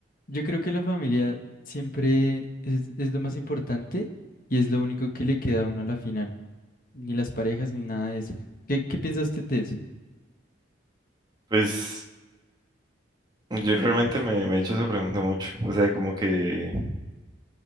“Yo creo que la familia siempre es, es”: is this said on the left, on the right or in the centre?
Left